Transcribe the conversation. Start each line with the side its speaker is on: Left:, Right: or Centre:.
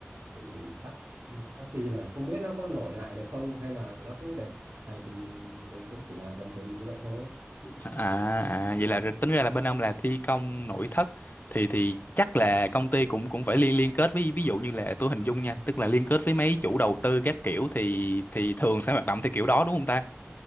Right: thì chắc có khi là không biết nó có nổi lại được không hay là nó cứ đều này thì mình cũng chỉ làm cầm chừng như vậy thôi
Left: À, à vậy là tính ra là bên ông là thi công nội thất thì thì chắc là công ty cũng cũng phải liên liên kết với ví dụ như là tôi hình dung nha, tức là liên kết với mấy chủ đầu tư các kiểu thì thì thường sẽ hoạt động theo kiểu đó đúng không ta?